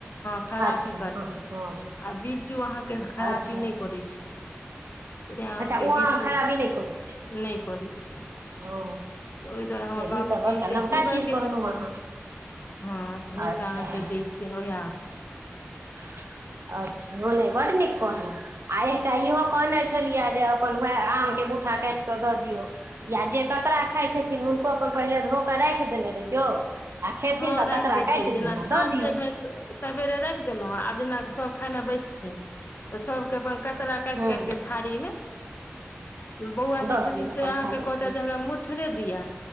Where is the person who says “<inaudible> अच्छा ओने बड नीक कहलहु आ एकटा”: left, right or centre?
Right